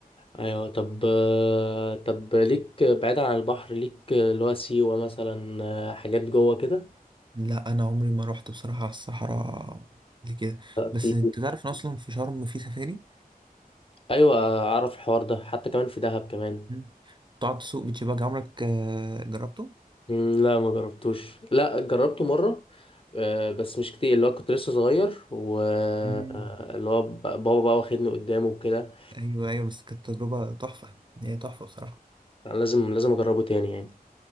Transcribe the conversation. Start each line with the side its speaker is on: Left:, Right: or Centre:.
Left: ايوه طب آه، طب ليك بعيدا عن البحر ليك اللي هو سيوة مثلا آه، حاجات جوه كده
Right: لا انا عمري ما رحت بصراحه على الصحراء قبل كده
Left: آه،
Right: بس
Left: في
Right: انت تعرف ان اصلا في شرم في سفاري
Left: ايوه آه، اعرف الحوار ده حتى كمان في دهب كمان
Right: مم. بتقعد تسوق بيتش باجي عمرك آه، جربته
Left: مم، لا ما جربتوش لا جربته مرة آه، بس مش كتير اللي هو كنت لسه صغير واللي
Right: مم.
Left: هو ب- بابا بقى واخدني قدامه وكده
Right: ايوه ايوه بس كانت تجربه تحفه هي تحفه بصراحه
Left: أنا لازم لازم اجربه تاني يعني